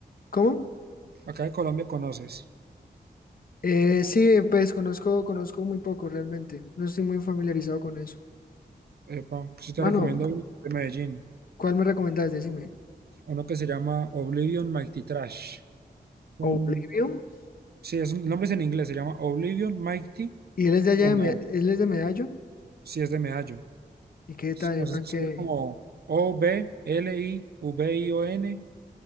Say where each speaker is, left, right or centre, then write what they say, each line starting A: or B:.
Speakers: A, on the left; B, on the right.
A: ¿cómo?
B: Acá de Colombia conoces.
A: Eh, sí, pues conozco, conozco muy poco realmente, no estoy muy familiarizado con eso.
B: Epa, sí te
A: Mano,
B: recomiendo uno que es de Medellín.
A: ¿cuál me recomendás? Decime.
B: Uno que se llama Oblivion Mighty Trash. Un,
A: O Bolivio,
B: sí, es un nombre es en inglés, se llama Oblivion Mighty,
A: y él es de allá,
B: como
A: de Me- él es de Medallo,
B: si es de Medallo.
A: ¿y qué tal,
B: Es- O
A: hermano,
B: sea, se escribe
A: que
B: como O-B-L-I-V-I-O-N